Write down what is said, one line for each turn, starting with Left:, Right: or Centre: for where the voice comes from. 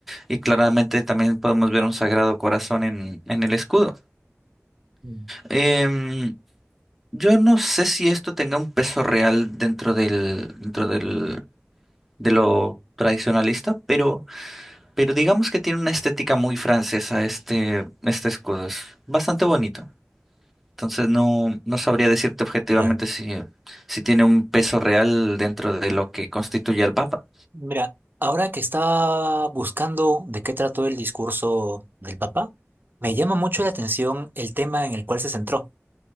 Centre: Y claramente también podemos ver un Sagrado Corazón en, en el escudo.
Right: Mm,
Centre: Em, yo no sé si esto tenga un peso real dentro del, dentro del, de lo tradicionalista, pero Pero digamos que tiene una estética muy francesa este, este escudo. Es bastante bonito. Entonces no, no sabría decirte objetivamente
Right: Claro.
Centre: si, si tiene un peso real dentro de lo que constituye al Papa.
Right: Mira, ahora que estaba buscando de qué trató el discurso del Papa, me llama mucho la atención el tema en el cual se centró,